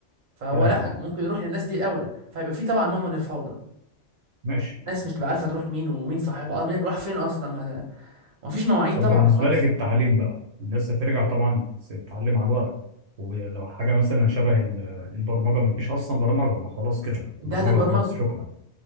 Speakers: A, on the right; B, on the right.
A: فهو
B: فاهم
A: لا
B: اه
A: ممكن يروح للناس دي الاولى فيبقى في طبعا نوع من الفوضى
B: ماشي
A: الناس مش تبقى عارفه تروح مين ومين صاحبها آه، مين راح فين اصلا ومفيش مواعيد
B: طب
A: طبعا
B: بالنسبه
A: خلاص
B: لك التعليم بقى الناس هترجع طبعا تتعلم على الورق ولو حاجه مثلا شبه ال- البرمجه ما فيش اصلا برمجه ما خلاص كده
A: انتهت
B: برمجه
A: البرمجه
B: خلاص شكرا